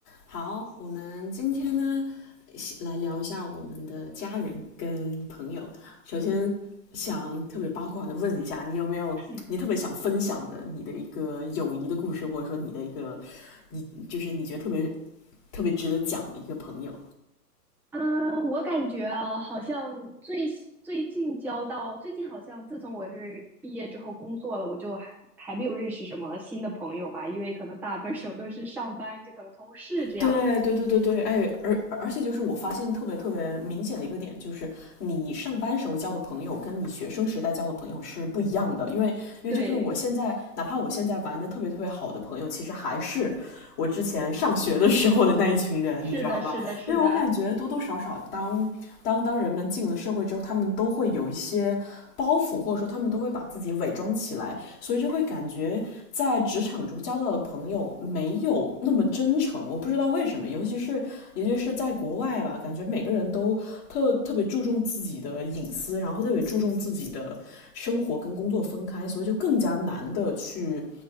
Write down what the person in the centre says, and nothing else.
嗯
啊，我感觉啊，好像最新最近交到最近好像自从我就是毕业之后工作了，我就还还没有认识什么新的朋友吧，因为可能大部分时候都是上班，就可能同事这样。
对，
是的，
是的，是的，